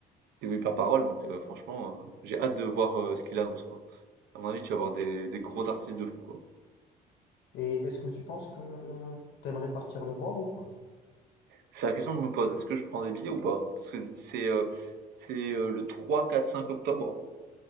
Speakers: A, on the right (about 70°); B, on the left (about 70°).
A: des oui par parole, donc euh, franchement, euh, j'ai hâte de voir euh, ce qu'il annonce, quoi. À mon avis, tu vas avoir des, des gros artistes de fou, quoi.
B: Et est-ce que tu penses que t'aimerais partir le voir ou pas?
A: C'est la question que je me pose, est-ce que je prends des billets ou pas? Parce que c'est euh, c'est euh, le 3, 4, 5 octobre.